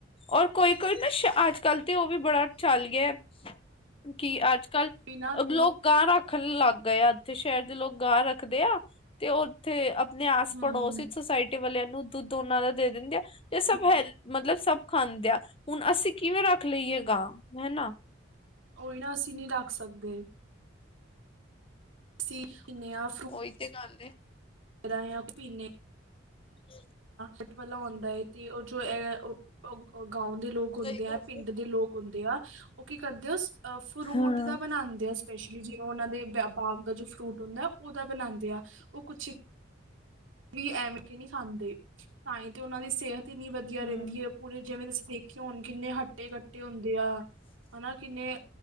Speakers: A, on the left (about 30°); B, on the right (about 80°).
A: ਔਰ ਕੋਈ ਕੋਈ ਨਾ ਅੱਜ ਕੱਲ ਤੇ ਉਹ ਵੀ ਬੜਾ ਚੱਲ ਗਿਆ ਕਿ ਅੱਜ ਕੱਲ
B: ਬਿਨਾਂ
A: ਲੋਕ ਗਾਂ ਰੱਖਣ ਲੱਗ ਗਏ ਆ, ਉੱਥੇ ਸ਼ਹਿਰ ਦੇ ਲੋਕ ਗਾਂ ਰੱਖਦੇ ਆ ਤੇ ਉਹ ਥੇ ਆਪਣੇ ਆਸ
B: ਹਮ
A: ਪੜੋਸ ਇਚ ਸੁੋਸਾਇਟੀ ਵਾਲਿਆਂ ਨੂੰ ਦੁੱਧ ਉਨਾਂ ਦਾ ਦੇ ਦਿੰਦੇ ਆ। ਇਹ ਸਭ ਹੈ ਮਤਲਬ ਸਭ ਖਾਂਦੇ ਆ ਹੁਣ ਅਸੀਂ ਕਿਵੇਂ ਰੱਖ ਲਈਏ ਗਾਂ ਹਨਾ।
B: ਉਹੀ ਨਾ ਅਸੀਂ ਨਹੀਂ ਰੱਖ ਸਕਦੇ। ਸੀ ਇੰਨੀਆਂ
A: ਉਹੀ ਤੇ ਗੱਲ ਏ
B: <inaudible>
A: ਹੂੰ
B: ਹੱਟਵਲਾ ਹੁੰਦਾ ਏ ਤੇ ਉਹ ਜੋ ਉਹ ਗਾਉ ਦੇ ਲੋਕ ਹੁੰਦੇ
A: ਸਹੀ
B: ਆ
A: ਗੱਲ
B: ਪਿੰਡ
A: ਏ
B: ਦੇ ਲੋਕ ਹੁੰਦੇ ਆ। ਉਹ ਕੀ ਕਰਦੇ ਆ ਅ ਫਰੂਟ
A: ਹਾਂ
B: ਦਾ ਬਣਾਉਂਦੇ ਆ। ਸਪੈਸ਼ਲੀ ਜੇ ਉਹਨਾਂ ਦੇ ਬਾਗ ਦਾ ਜੋ ਫਰੂਟ ਹੁੰਦਾ ਉਹਦਾ ਬਣਾਉਂਦੇ ਆ। ਉਹ ਕੁਛ ਵੀ ਐਮ ਕੇ ਨਹੀਂ ਖਾਂਦੇ ਤਾਂ ਹੀ ਤੇ ਉਹਨਾਂ ਦੀ ਸਿਹਤ ਇੰਨੀ ਵਧੀਆ
A: ਹੂੰ,
B: ਰਹਿੰਦੀ ਐ। ਪੂਰੇ ਜਿਵੇਂ ਤੁਸੀਂ ਦੇਖੇ ਹੋੁਣ ਕਿੰਨੇ ਹੱਟੇ-ਕੱਟੇ ਹੁੰਦੇ ਆ। ਹਨਾ ਕਿੰਨੇ